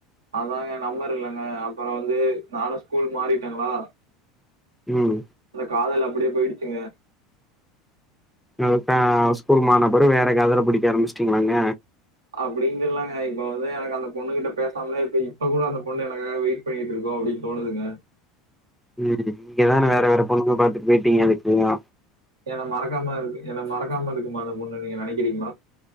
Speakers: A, on the right; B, in the centre.
A: அதாங்க நம்பர் இல்லங்க அப்றோ வந்து நானு ஸ்கூல் மாறிட்டேங்களா
B: ம்
A: அந்த காதல் அப்டியே போயிடுச்சுங்க
B: அ இப்ப ஸ்கூல் மாற்னபெறகு வேற காதல புடிக்க ஆரம்பிச்சுடிங்களாங்க
A: அப்டின் இல்லங்க இப்ப வந்து எனக்கு அந்த பொண்ணு கிட்ட பேசாமலே இப்ப இப்ப கூட அந்த பொண்ணு எனக்காக வெயிட் பண்ணிட்ருக்கோ அப்டின் தோணுதுங்க
B: ம் இங்க தானே வேற
A: என்
B: வேற பொண்ணுங்க பாத்துட்டு போயிட்டீங்க அதுக்குள்ளேயு
A: என்ன மறக்காம இரு என்ன மறக்காம இருக்குமா அந்த பொண்ணு நீங்க நெனக்கிறீங்களா